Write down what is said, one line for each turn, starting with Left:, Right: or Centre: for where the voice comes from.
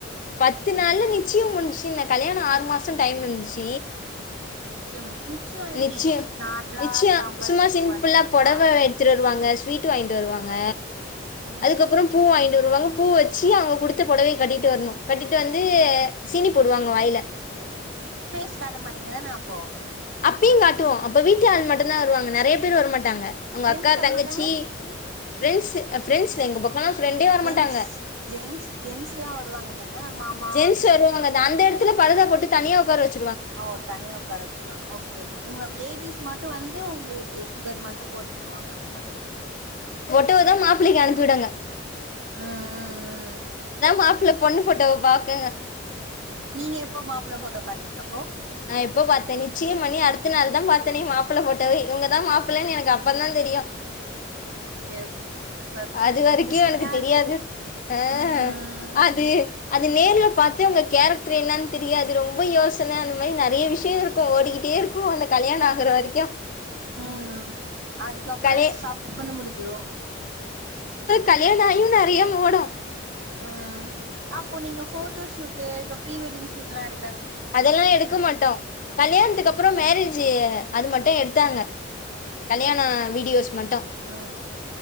Left: பத்து நாள்ல நிச்சியோ முஞ்சிச்சி கல்யாணோ ஆறு மாசோ டைம் இருந்துச்
Right: ஓகே நிச்சயம் நிச்சயம் எப்டி
Left: நிச்சியோ
Right: நார்மலா
Left: நிச்சியோ
Right: தாம்பாள
Left: சும்மா
Right: தட்டு
Left: சிம்பில்லா
Right: மாட்டிப்பீங்களா
Left: பொட வ எட்த்துட் வருவாங்க ஸ்வீட்டு வாய்ன்ட்டு வருவாங்க
Right: ம்
Left: அதுக்கப்புறோ பூ வாங்கின் பூ வெச்சி அவுங்க குடுத்த பொடவை கட்டிட்டு வர்ணு கட்டிட்டு வந்து சீனி போடுவாங்க வாயில
Right: பேஸ் காட்ட மாட்டீங்கதான அப்போ
Left: அப்பியு காட்டுவோ அப்போ வீட்டு ஆள் மட்டுந்தா வருவாங்க நெறைய பேரு வரமாட்டாங்க உங்க
Right: ஜென்ஸ்
Left: அக்கா
Right: வரமாட்டாங்க
Left: தங்கச்சி ஃப்ரெண்ஸு அ ஃப்ரெண்ஸ் எங்க பக் அப்பலா ஃப்ரெண்டே வர
Right: ஜென்ஸ்
Left: மாட்டாங்க
Right: ஜென்ஸ் ஜென்ஸ்லா வருவாங்க தான மாமா
Left: ஜென்ஸ் வருவாங்க அந்த அந்தெடத் துல பரதா போட்டு தனியா உக்கார வெச்
Right: ஓ தனியா உக்கார வெச்சிருவாங் ஓகே ஓகே இவுங்க அப் லேடிஸ் மட்டு வந்து உங்குளுக்கு சுகர் மட் டு போட்டு போவாங்க அது மாதிரி
Left: டுந்தா மாப்ளைக்கு அனுப்பி விடாங்க
Right: அ அ அ அ
Left: மாப்பிள்ளை பொண்ணு போட்டோவை பாக்குங்க
Right: நீங்க எப்போ மாப்ள்ள போட்டோ பாத் நீ அப்போ
Left: நா எப்போ பா்த்தே நிச்சயம் பண்ணி அடுத்த நாள் தா பாத்தே நெ மாப்பிள போட்டவே இவங்கதா மாப்பிள எனக்கு அப்ப தா தெரியு
Right: ஓகே ஓகே சூப்பர்
Left: அது வரைக்கு
Right: இன்ட்ரெஸ்டிங்கா
Left: எனக்கு தெரியாது
Right: இருக்கு
Left: ஆ
Right: ம்
Left: அது அது நேரல பார்த்த உங்க கேரக்டர் என்னனு தெரியா அது ரொம்ப யோசன அந்த மாரி நிறைய விஷய இருக்கு ஓடிக்கிட்டே இருக்கு அந்த கல்யாணோ ஆகுற வரைக்கு
Right: உம் அதுக்கப்புற
Left: கலே
Right: சாப்பண்ணு முடிஞ் யோ
Left: கல்யாண ஆகியு நிறைய ஓடு
Right: ஆ அப்போ நீங்க போட்டோஷூட் இப்ப ப்ரீ வெட்டிங் ஷூட் எல்லா எ
Left: அதெல்லா எடுக்க மாட்டோ கல்யாணத்துக்கு அப்புறம் மேரேஜ் அது மட்டு எடுத்தாங்க கல்யாண வீடியோஸ் மட்டு
Right: ம்